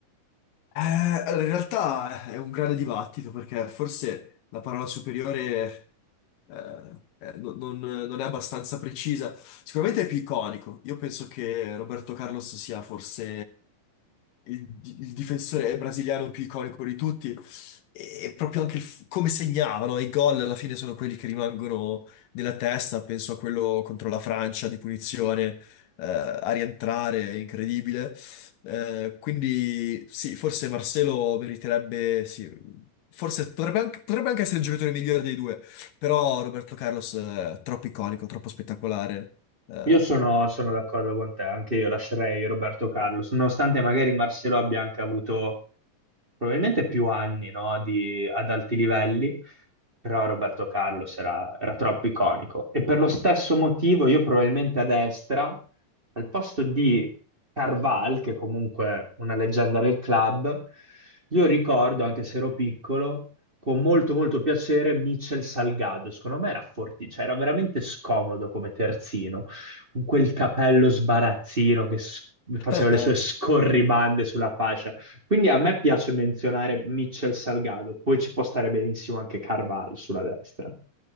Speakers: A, on the left; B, on the right.
A: Eh, allora, in realtà è un grande dibattito perché forse la parola superiore eh, eh, non, non- non è abbastanza precisa. Sicuramente è più iconico. Io penso che Roberto Carlos sia forse il, il difensore brasiliano più iconico di tutti. E proprio anche il f- come segnavano i gol alla fine sono quelli che rimangono nella testa. Penso a quello contro la Francia di punizione eh, a rientrare, è incredibile. Eh, quindi sì, forse Marcelo meriterebbe, sì, forse potrebbe anche, potrebbe anche essere il giocatore migliore dei due, però Roberto Carlos eh, è troppo iconico, troppo spettacolare. eh.
B: Io sono, sono d'accordo con te, anche io lascerei Roberto Carlos, nonostante magari Marcelo abbia anche avuto probabilmente più anni, no, di- ad alti livelli, però Roberto Carlos era, era troppo iconico. E per lo stesso motivo io probabilmente a destra, al posto di Carval, che comunque è una leggenda del club, io ricordo, anche se ero piccolo, con molto molto piacere Michel Salgado. Secondo me era forti, cioè era veramente scomodo come terzino, con quel capello sbarazzino che s-
A: <laughs>
B: faceva le sue scorribande sulla fascia. Quindi a me piace menzionare Mitchell Salgado, poi ci può stare benissimo anche Carval sulla destra,